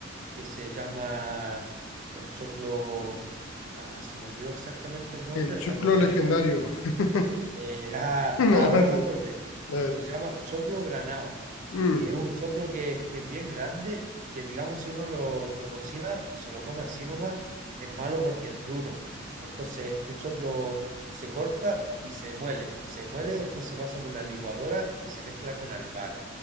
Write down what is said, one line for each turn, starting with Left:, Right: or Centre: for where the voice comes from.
Right: que se llama el choclo. Ah, se me olvidó exactamente el nombre
Left: El choclo
Right: al momento.
Left: legendario. <laughs>
Right: Eh, ah,
Left: No,
Right: ah, ahora
Left: no sé.
Right: me acordé.
Left: A ver.
Right: Se llama choclo granado.
Left: Mm.
Right: Y es un choclo que, que es bien grande, que digamos si uno lo, lo cocina y se lo come así nomás, es malo porque es duro. Entonces este choclo se corta y se muele. Se muele, después se pasa por la licuadora y se mezcla con albahaca.